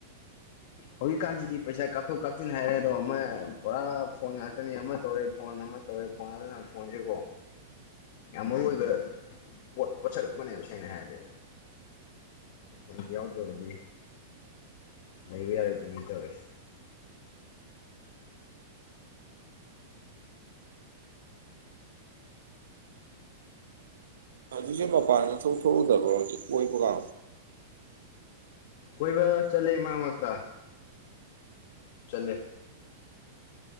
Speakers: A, on the right; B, on the left.
A: <inaudible>
B: ꯍꯧꯖꯤꯛꯀꯥꯟꯁꯤꯗꯤ ꯄꯩꯁꯥ ꯀꯥꯞꯊꯣꯛ ꯀꯥꯞꯁꯤꯟ ꯍꯥꯏꯔꯦ ꯑꯗꯣ ꯑꯃ ꯄꯨꯔꯥ ꯐꯣꯟ ꯉꯥꯛꯇꯅꯦ ꯑꯃ ꯇꯧꯔꯦ ꯐꯣꯟ ꯑꯃ ꯇꯧꯔ ꯐꯣꯟꯉꯜꯗꯅ ꯐꯣꯟꯁꯤꯕꯣ ꯌꯥꯝ ꯃꯔꯨ ꯑꯣꯏꯕ ꯄꯣꯠ ꯄꯣꯠꯁꯛꯛ ꯑꯃꯅꯦꯕ ꯁꯦꯡꯅ ꯍꯥꯏꯔꯗꯤ ꯑꯖꯤ ꯌꯥꯎꯗ꯭ꯔꯕꯗꯤ ꯂꯩꯕ ꯌꯥꯔꯣꯏ ꯑꯗꯨꯃꯥꯏꯅ ꯇꯧꯔꯁꯦ
A: ꯍꯧꯖꯤꯛꯁꯦ ꯃꯄꯥꯟꯗ ꯊꯣꯛꯊꯣꯛꯎꯗꯕ꯭ꯔꯣ ꯍꯧꯖꯤꯛ ꯀꯣꯏꯕꯒ
B: ꯀꯣꯏꯕ ꯆꯠꯂꯦ ꯃꯥꯔꯛ ꯃꯥꯔꯛ ꯇ ꯆꯠꯂꯦ